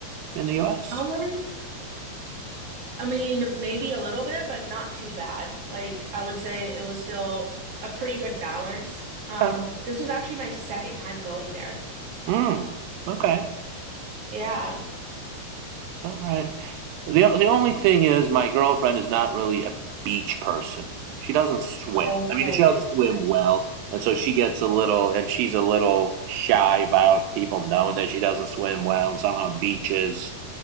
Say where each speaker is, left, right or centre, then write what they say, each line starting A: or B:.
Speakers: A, on the right; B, on the right.
A: in the U.S.
B: Um, I mean, maybe a little bit, but not too bad. Like I would say it was still a pretty good balance. Um,
A: Okay.
B: this was actually my second time going there.
A: Mm, okay.
B: Yeah.
A: All right. The the only thing is my girlfriend is not really a beach person. She doesn't swim.
B: Okay.
A: I mean, she doesn't swim well, and so she gets a little and she's a little shy about people knowing that she doesn't swim well, and somehow beaches